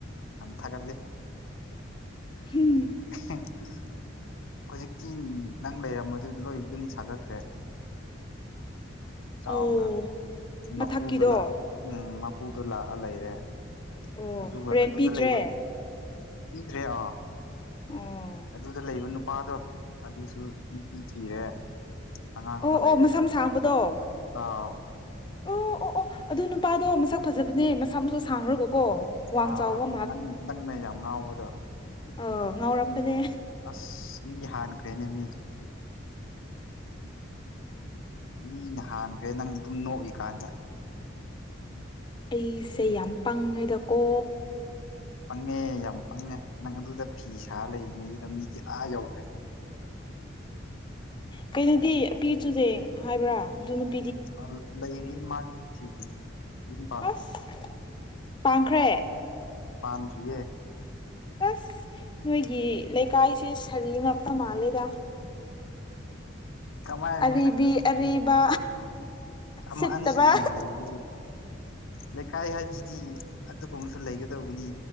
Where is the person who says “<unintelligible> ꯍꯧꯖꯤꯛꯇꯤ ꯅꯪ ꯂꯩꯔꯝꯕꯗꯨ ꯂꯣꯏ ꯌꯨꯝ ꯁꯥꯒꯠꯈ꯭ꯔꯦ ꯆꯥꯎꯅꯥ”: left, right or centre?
Left